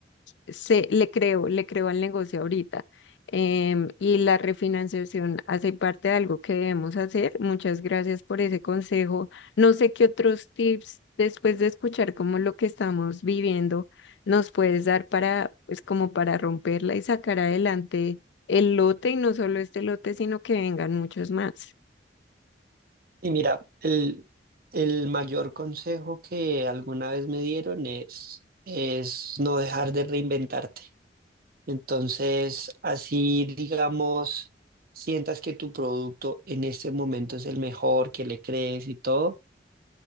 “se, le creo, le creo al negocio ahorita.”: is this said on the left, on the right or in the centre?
Left